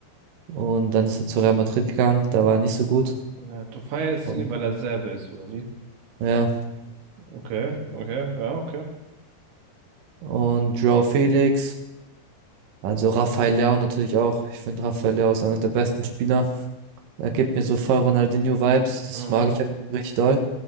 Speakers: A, on the right; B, on the right.
A: Und dann ist er zu Real Madrid gegangen. Da war er nicht so gut.
B: ja, du feierst
A: Und,
B: ihn, weil er Serbe ist, oder wie?
A: ja.
B: Okay, okay, ja, okay.
A: Und João Felix, also Rafael Leao natürlich auch. Ich finde Rafael Leao ist einer der besten Spieler. Er gibt mir so voll Ronaldinho-Vibes. Das
B: Mhm.
A: mag ich ja richtig doll.